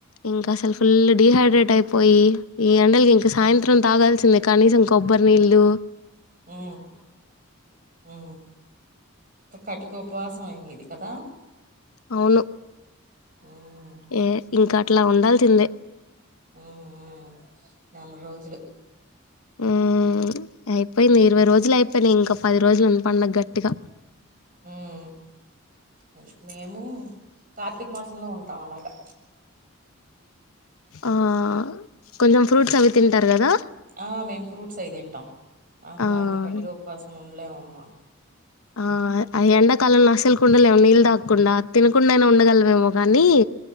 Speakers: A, on the left (about 80°); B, on the right (about 40°).
A: ఇంక అసల్ ఫుల్ డిహైడ్రేట్ అయిపోయి. ఈ ఎండలికి ఇంక
B: ఉమ్
A: సాయంత్రం తాగాల్సిందే కనీసం కొబ్బరి నీళ్లు
B: ఆ అ ఆ అ కటిక ఉపవాసం అయి మీది కదా
A: అవును
B: ఉమ్
A: ఏ ఇంకా అట్లా ఉండాల్సిందే
B: ఉమ్ ఉమ్ నెల రోజులు
A: ఉమ్ అయిపోయిలే ఇరువై రోజులు అయిపో పోయినాయి ఇంకా పది రోజులు ఉమ్ పండుగ గట్టిగా
B: ఉమ్ అదే మేము కార్తీక మాసంలో ఉంటాం అలాగా
A: ఆ కొంచెం ఫ్రూట్స్ అవి తింటార కదా
B: ఆ మేము ఫ్రూట్స్ అయి తింటాం అమ్మో
A: ఆ!
B: అంత కట్టిగా ఉపవాసం ఉ ఉండలేమమ్మ
A: ఆ అ ఎండాకాలంలో అసలకుండలేము నీల్ తాకుండా తినకుండాయినా ఉండగలవేమో కానీ